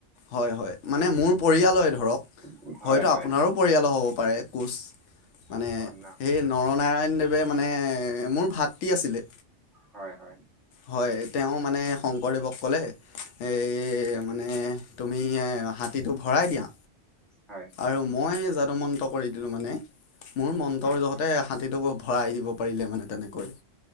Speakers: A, on the left; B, in the centre.
A: হয়, হয় মানে মোৰ পৰ য়াল ধৰক
B: হয়
A: হয়তো
B: হয়
A: আপোনাৰো পৰিয়ালো হ'ব পাৰে কোচ মানে
B: হয়
A: সেই।
B: না
A: নৰনাৰায়ণদেৱে মানে মোৰ ভাতৃ আছিলে।
B: হয়, হয়।
A: হয় তেওঁ মানে শংকৰদেৱক ক'লে। এই মানে তুমি হাতীটো ভৰাই দিয়া।
B: হয়।
A: আৰু মই যাদু মন্ত্ৰ কৰি দিলোঁ মানে মোৰ মন্ত্ৰৰ
B: হয়
A: লগত। তে হাতীটোকো ভৰাই দিব পাৰিলে মানে তেনেকৈ।